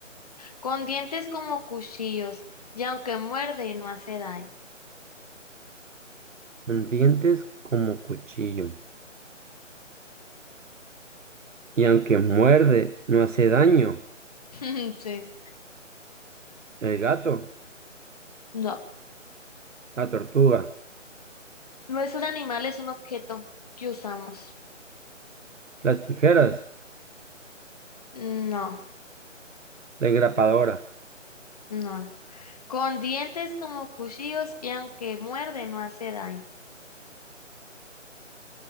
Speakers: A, on the left (about 30°); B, on the right (about 75°).
A: con dientes como cuchillos, y aunque muerde no hace daño.
B: Con dientes como cuchillo. Y aunque muerde, no hace daño.
A: <laughs> Sí.
B: El gato,
A: No,
B: la tortuga.
A: no es un animal, es un objeto que usamos.
B: Las tijeras,
A: No,
B: la engrapadora.
A: no. Con dientes como cuchillos y aunque muerde no hace daño.